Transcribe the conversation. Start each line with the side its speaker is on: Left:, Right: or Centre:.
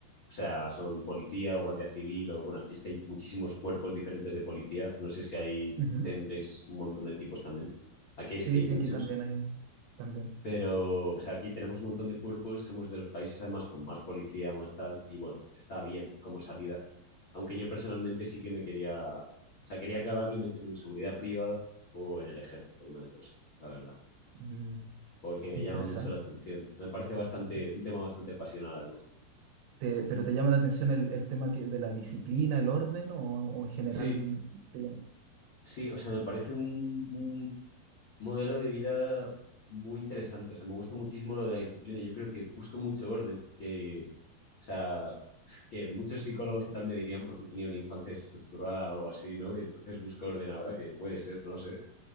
Left: O sea, son policía o guardia civil o bueno, aquí es que hay muchísimos cuerpos diferentes de policía. No sé si ahí
Right: Ujú.
Left: tendréis un montón de tipos también. Aquí es
Right: Sí,
Left: que hay
Right: sí,
Left: muchos,
Right: aquí también hay, también.
Left: pero o sea, aquí tenemos un montón de cuerpos, somos de los países además con más policía, más tal, y bueno, está bien como salida. Aunque yo personalmente sí que me quería, o sea, quería acabarlo y meterme en seguridad privada o en el ejército, una de dos, la verdad,
Right: Mm,
Left: porque me
Right: interesante.
Left: llama mucho la atención. Me parece bastante,
Right: Te-
Left: un tema bastante pasional además.
Right: te- pero te llama la atención el, el tema que, de la disciplina, el orden o, o en general
Left: Sí,
Right: te llama?
Left: Sí, o sea, me parece un, un modelo de vida muy interesante. O sea, me gusta muchísimo lo de la disciplina. y Yo creo que busco mucho orden, que, o sea, que muchos psicólogos y tal me dirían porque tenía una infancia desestructurada o algo así, ¿no? Y entonces busco orden ahora, que puede ser, no sé.